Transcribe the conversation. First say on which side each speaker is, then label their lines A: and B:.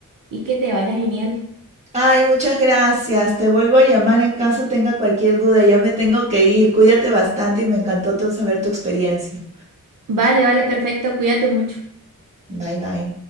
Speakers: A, on the right (about 70°); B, on the right (about 20°).
A: y que te vaya genial.
B: Ay, muchas gracias. Te vuelvo a llamar en caso tenga cualquier duda. Ya me tengo que ir. Cuídate bastante y me encantó te- saber tu experiencia.
A: Vale, vale, perfecto, cuídate mucho.
B: Bye, bye.